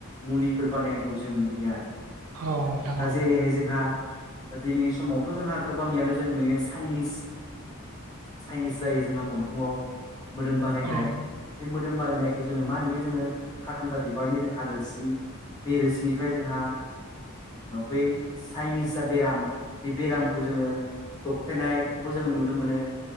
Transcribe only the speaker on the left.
मुलिफोर बानायनायखौ जों नुयो आरो
दा
जेरैहाय जोंहा दिनैनि समावथ' जोंहा गोबांनियावनो जों नुयो चाइनिस चाइनिस जायो जोंहा गन्थंआव मोदोम बारायनाय
बे मोदोम बारायनायखौ जोङो मा नुयो जोङो कारथनथा बिबारनि जोंहा हादोरसि बे रोसिनिफ्राय जोंहा बै चाइनिस जा बेराम बे बेरामखौ जोङो दबफायनायखौबो जोंङो नुनो मोनो